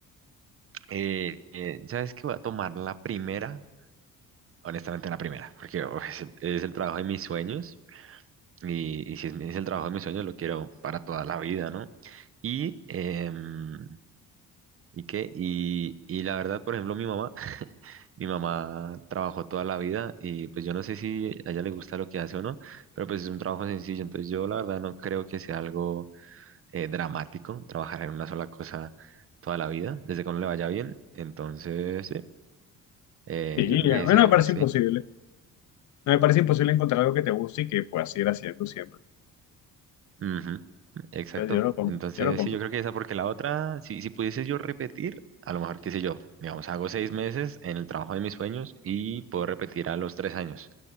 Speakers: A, on the right; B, on the left.
A: Eh, eh, ¿sabes qué? Voy a tomar la primera. Honestamente, la primera, porque <laughs> uf, es, es el trabajo de mis sueños, Y, y si es, mi- es el trabajo de mis sueños, lo quiero para toda la vida, ¿no? Y, em, ¿y qué? Y, y la verdad, por ejemplo, mi mamá, <laughs> mi mamá trabajó toda la vida y pues yo no sé si a ella le gusta lo que hace o no, pero pues es un trabajo sencillo, entonces yo la verdad no creo que sea algo eh, dramático trabajar en una sola cosa toda la vida, desde que uno le vaya bien, entonces sí, eh,
B: Sí,
A: yo creo
B: ya.
A: que
B: Bueno,
A: sí, además
B: me parece
A: sí.
B: imposible. No me parece imposible encontrar algo que te guste y que puedas ir haciendo siempre.
A: Ujú, Exacto.
B: Entonces yo lo compro,
A: Entonces,
B: yo lo compro.
A: sí, yo creo que esa, porque la otra, si, si pudiese yo repetir, a lo mejor, qué sé yo, digamos, hago seis meses en el trabajo de mis sueños y puedo repetir a los tres años.